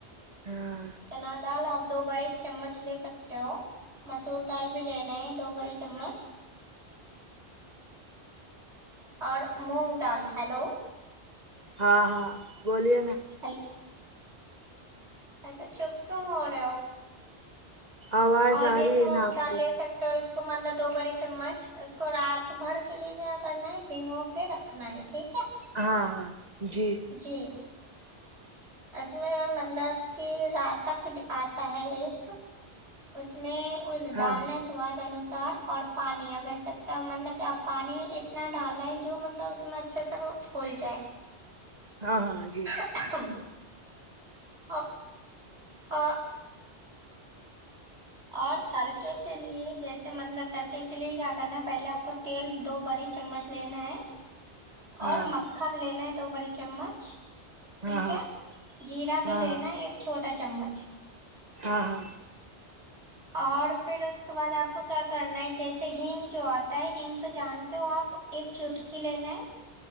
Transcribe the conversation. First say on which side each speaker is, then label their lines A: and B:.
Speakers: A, on the right; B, on the right.
A: ہاں
B: چنا دال آپ دو بڑے چمچ لے سکتے ہو مسور دال بھی لینا ہے دو بڑے چمچ اور مونگ دال ہیلو
A: ہاں ہاں بولیے نا
B: ہل اچھا چپ کیوں ہو رہا ہو
A: آواز
B: اور جیسے
A: آ رہی
B: مونگ
A: ہے نا آپ
B: دال
A: کی
B: لے سکتے ہو اس کو مطلب دو بڑے چمچ اس کو رات بھر کے لیے کیا کرنا ہے بھگو کے رکھنا ہے ٹھیک ہے
A: ہاں ہاں جی
B: جی اس میں مطلب کہ رات تک آتا ہے ایک اس میں اس ڈالنے
A: ہاں ہاں
B: سے سواد انوسار اور پانی اب ویسے تو مطلب کہ اپ پانی اتنا ڈال نا ہیں جو مطلب اس میں اچھا سب پھول جائے
A: ہاں ہاں جی
B: ہ ا آ اور ترکے کے لیے جیسے مطلب ترکے کے لیے کیا کرنا ہے پہلے آپ کو تیل دو بڑے چمچ لینا ہے اور
A: ہاں
B: مکھن لینا ہے دو بڑے چمچ ٹھیک
A: ہاں
B: ہے جیرا بھی
A: ہاں
B: لینا ایک چھوٹا چمچ
A: ہاں ہاں
B: اور پھر اس کے بعد آپ کو کیا کرنا ہے جیسے ہینگ جو آتا ہے ہینگ تو جانتے ہو آپ ایک چٹکی لینا ہے